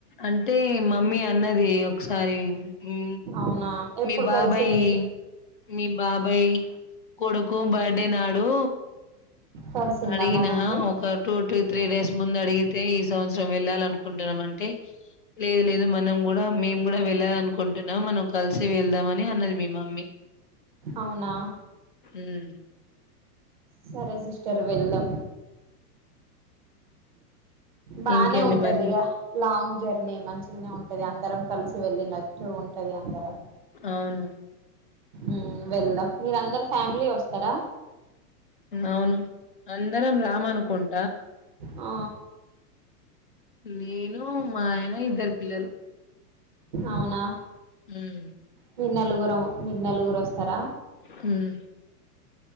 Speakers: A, on the left; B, on the right.
A: అంటే మమ్మీ అన్నది ఒకసారి ఉహు
B: అవునా ఎప్పుడు
A: మీ బాబాయ్
B: కలిసింది
A: మీ బాబాయ్ కొడుకు బ దేనాడు
B: కలిసిందా
A: అడిగినా
B: మా మమ్మీ
A: ఒక టూ టూ త్రీ డేస్ ముందు అడిగితే ఈ సంవత్సరం వెళ్ళాలనుకుంటున్నాం అంటే. లేదు లేదు మనం కూడా మేము కూడా వెళ్ళాలి అనుకుంటున్నాం, మనం కలిసి వెళ్దామని అన్నది మీ మమ్మీ.
B: అవునా.
A: హ్మ్
B: సరే, సిస్టర్ వెళ్దాం. బానే
A: ఇంకేంటి
B: ఉంటదిగ,
A: మరి
B: లాంగ్. జర్నీ మంచిగున్న. ఇది అందరం కలిసి వెళ్ళి నట్టు ఉంటది అందరం.
A: అవును
B: ఉమ్ వెళ్దాం మీరందరు ఫ్యామిలీ వొస్తారా.
A: అవును, అందరం రామాను. కొన్.
B: ఆ.
A: నేను, మా ఆయన, ఇద్దరు పిల్లలు.
B: అవునా.
A: ఉమ్.
B: మీరు నలుగురము, మీరు నలుగురు రొస్. తర.
A: హ్మ్